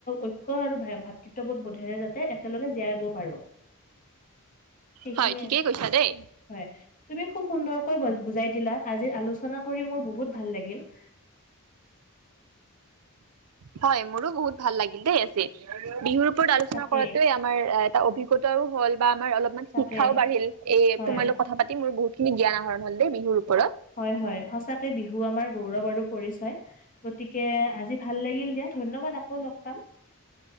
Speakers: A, on the left; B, on the right.
A: ঐক্য আৰু ভাতৃত্ববোধ বোধেৰে যাতে একেলগে জীয়াই পাৰো। <inaudible> সেইখিনিয়ে
B: হয় ঠিকেই কৈছা দেই।
A: হয় তুমি খুব সুন্দৰকৈ বুজাই দিলা আজিৰ আলোচনা কৰি মোৰ বহুত ভাল লাগিল। <inaudible>
B: হয় মোৰো বহুত। ভাল লাগিল দেই। বিহুৰ ওপৰত আলোচনা
A: তাকে
B: কৰাতোৱে আমাৰ এটা অভিজ্ঞতাও হল বা আমাৰ অলপমান
A: তাকে
B: শিক্ষাও বাঢ়িল এই
A: হয়
B: তোমাৰ লগোক কথা পাতি মোৰ বহুত। খিনি জ্ঞান আহৰণ হলে দে বিহুৰ ওপৰত
A: হয় হয় সচাকে বিহু আমাৰ গৌৰৱ আৰু পৰিচয় গতিকে আজি ভাল লাগিল দিয়া ধন্যবাদ আকৌ লগ পাম।